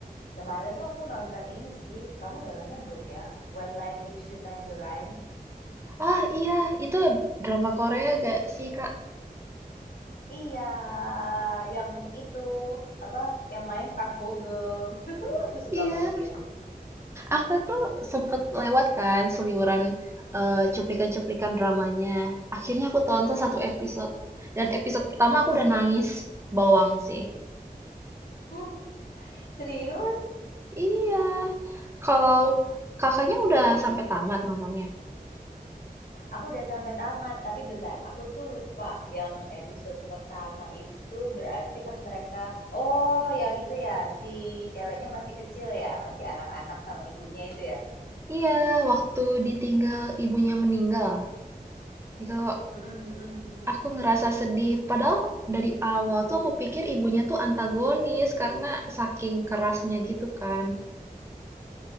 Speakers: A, on the left; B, on the right.
A: kemarin tuh aku nonton ini sih, kamu udah nonton belum ya? When Life Gives You Tangerine.
B: Ah iya, itu drama Korea gak sih kak?
A: Iya, yang itu apa? Yang main Park Bo Gum. <laughs> Aku suka
B: Iya,
A: banget dia.
B: aku tuh sempet lewat kan seliweran eh, cuplikan-cuplikan dramanya. Akhirnya aku tonton satu episode. Dan episode pertama aku udah nangis bawang sih.
A: <laughs> Serius?
B: Iya. Kalau Kakaknya udah sampai tamat nontonnya?
A: Aku udah sampai tamat, tapi bentar, aku tuh lupa yang episode pertama itu berarti pas mereka, oh yang itu ya, si ceweknya masih kecil ya, masih anak-anak sama ibunya itu ya.
B: Iya, waktu ditinggal ibunya meninggal. Itu
A: Mm-mm, mm-mm, mm-mm.
B: aku ngerasa sedih. Padahal dari awal tuh aku pikir ibunya tuh antagonis karena saking kerasnya gitu kan.